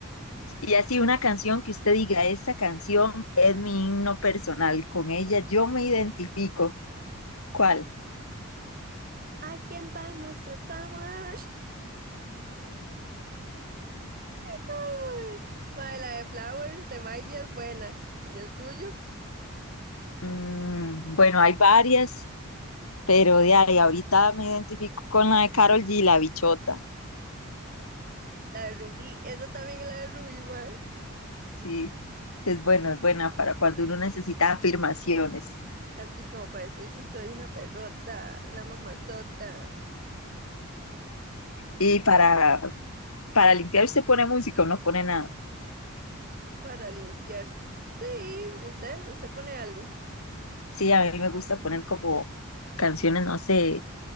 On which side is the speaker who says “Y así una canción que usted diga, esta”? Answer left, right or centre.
Left